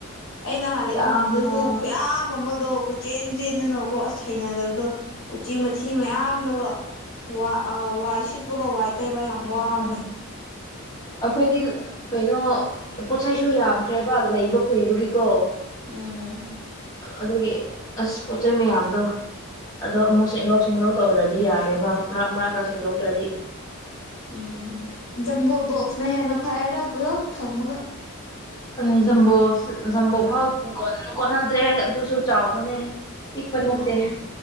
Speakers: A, on the left (about 60°); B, on the left (about 15°).
A: ꯑꯩ ꯅꯍꯥꯟ
B: ꯌꯥꯝꯅ
A: ꯂꯩꯐꯝꯗꯨꯗꯁꯨ ꯈꯨꯌꯥꯝ ꯑꯃꯗꯣ ꯆꯦꯟ ꯆꯦꯟꯗꯅꯀꯣ ꯑꯁ ꯍꯩꯅꯗꯕꯗꯣ ꯎꯆꯦꯛ ꯃꯊꯤ ꯃꯌꯥꯝꯗꯀꯣ ꯋꯥ ꯑ ꯋꯥꯏꯁꯤꯠꯕꯒ ꯋꯥꯏꯇꯩꯕꯒꯥ ꯌꯥꯝ ꯋꯥꯕꯅꯦ
B: ꯎꯝ ꯑꯈꯣꯏꯗꯤ ꯀꯩꯅꯣ ꯄꯣꯠ ꯆꯩꯁꯨ ꯌꯥꯝꯈ꯭ꯔꯦꯕ ꯂꯩꯕ ꯀꯨꯏꯕꯒꯤꯀꯣ
A: ꯎꯝ
B: ꯑꯗꯨꯒꯤ ꯑꯁ ꯄꯣꯠ ꯆꯩꯩ ꯃꯌꯥꯝꯗꯣ ꯑꯗꯣ ꯑꯃꯨꯛ ꯁꯦꯡꯗꯣꯛ ꯁꯦꯡꯗꯣꯛ ꯇꯧꯗ꯭ꯔꯗꯤ ꯌꯥꯗꯦꯕ ꯃꯔꯛ ꯃꯔꯛꯇ ꯁꯦꯡꯗꯣꯛꯇ꯭ꯔꯗꯤ
A: ꯎꯝ ꯖꯝꯕꯣ ꯕꯣꯛꯁꯅ ꯍꯦꯟꯅ ꯐꯔꯦꯗꯥ ꯄꯨꯂꯞ ꯊꯝꯃꯒ
B: ꯑꯦ ꯖꯝꯕꯣ ꯁꯨ ꯖꯝꯕꯣ ꯐꯥꯎ ꯀꯣꯟ ꯀꯣꯟꯅꯗ꯭ꯔꯦ ꯑꯗꯨꯁꯨ ꯆꯥꯎꯕꯅꯦ ꯄꯤꯛꯄ ꯅꯠꯇꯦ
A: ꯑꯥ